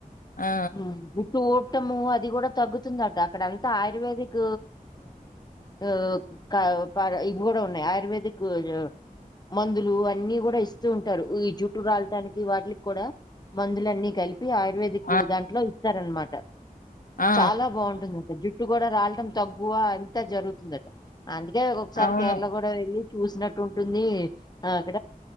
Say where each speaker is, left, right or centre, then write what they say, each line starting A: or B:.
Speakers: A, on the left; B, on the left.
A: ఆ
B: ము కోటము అది కూడా తగ్గుతుంది అ అక్కడ అంతా ఆయుర్వేదిక్ ఆ ఆ హ ఇది కూడా కూడా ఉన్నయి ఆయుర్వేద ఇక్కడ మందులు అన్నీ కూడా ఇస్త వస్తు ఉంటారు ఈ జుట్టు రాలటానికి వాటిలికి కూడా మందులన్నీ కలిపి ఆయుర్వేదిక్
A: ఆ
B: దాంట్లో ఇస్తారన్న మాట
A: ఆ
B: చాలా బాగుంటుందంట జుట్టు కూడా రాలటం తగ్గువ అ ఎంత జరుగుతుందట అందుకే ఒకసారి
A: అవును
B: కేరళ కూడా వెళ్ళి చూసినట్టు ఉంటుంది ఆ అక్కడ